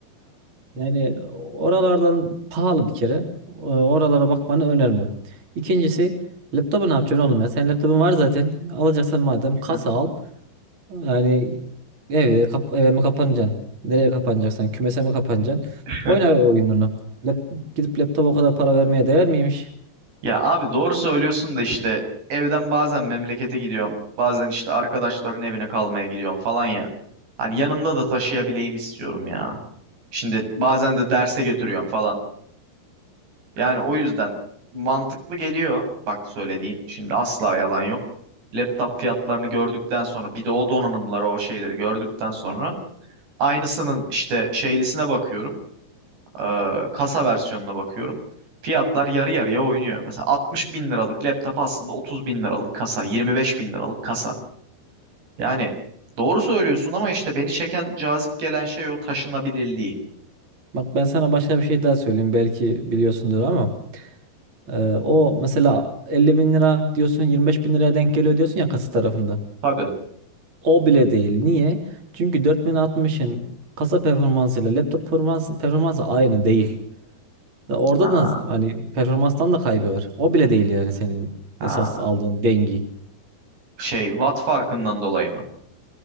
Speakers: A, on the right (about 30°); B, on the right (about 75°).
A: Yani oralardan pahalı bir kere. O- Oralara bakmanı önermiyorum. İkincisi laptopu ne yapacaksın oğlum ya? Senin laptopun var zaten. Alacaksan madem kasa
B: Ha.
A: al. Yani evde kap eve mi kapanacaksın? Nereye kapanacaksan kümese mi kapanacaksın?
B: <laughs>
A: Oyna oyununu. Lap gidip laptopa o kadar para vermeye değer miymiş?
B: Ya abi doğru söylüyorsun da işte evden bazen memlekete gidiyorum. Bazen işte arkadaşların evine kalmaya gidiyorum falan ya. Hani yanımda da taşıyabileyim istiyorum ya. Şimdi bazen de derse götürüyorum falan. Yani o yüzden mantıklı geliyor. Bak söylediğin şimdi asla yalan yok. Laptop fiyatlarını gördükten sonra bir de o donanımları o şeyleri gördükten sonra aynısının işte şeylisine bakıyorum. eee, kasa versiyonuna bakıyorum. Fiyatlar yarı yarıya oynuyor. Mesela 60 bin liralık laptop aslında 30 bin liralık kasa, 25 bin liralık kasa. Yani doğru söylüyorsun ama işte beni çeken, cazip gelen şey o taşınabilirliği.
A: Bak ben sana başka bir şey daha söyleyeyim. Belki biliyorsundur ama e, o mesela 50 bin lira diyorsun 25 bin liraya denk geliyor diyorsun ya kasa tarafında.
B: Tabii.
A: O bile değil. Niye? Çünkü 4060'ın kasa performansıyla laptop performans, performansı aynı değil. Ve Orada
B: Ha,
A: da hani performanstan da kaybı var. O bile değil yani senin
B: ha.
A: esas aldığın dengi.
B: Şey, watt farkından dolayı mı?